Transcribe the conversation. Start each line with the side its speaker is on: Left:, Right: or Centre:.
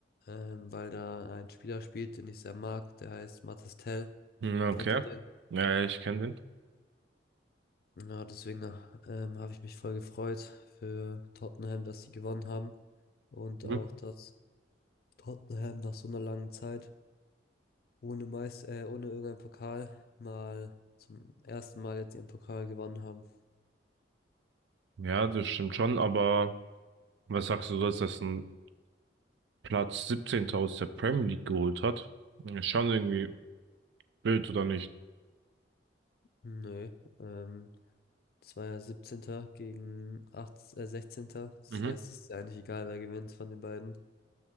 Left: ähm, weil da ein Spieler spielt, den ich sehr mag, der heißt Matas Tell.
Right: Hm,
Left: Kennst
Right: Okay.
Left: du den?
Right: Ja, ja, ich kenne den.
Left: Ja, deswegen ähm, habe ich mich voll gefreut für Tottenham, dass sie gewonnen haben. Und
Right: Mhm.
Left: auch, dass Tottenham nach so einer langen Zeit ohne Meist äh, ohne irgendeinen Pokal mal zum ersten Mal jetzt ihren Pokal gewonnen haben.
Right: Ja, das stimmt schon, aber was sagst du, dass das ein Platz 17. aus der Premier League geholt hat? Ist schon irgendwie blöd, oder nicht?
Left: Nö, ähm, das war ja 17. gegen 8 äh, sechzehnter Das
Right: Mhm.
Left: heißt, es ist ja eigentlich egal, wer gewinnt von den beiden.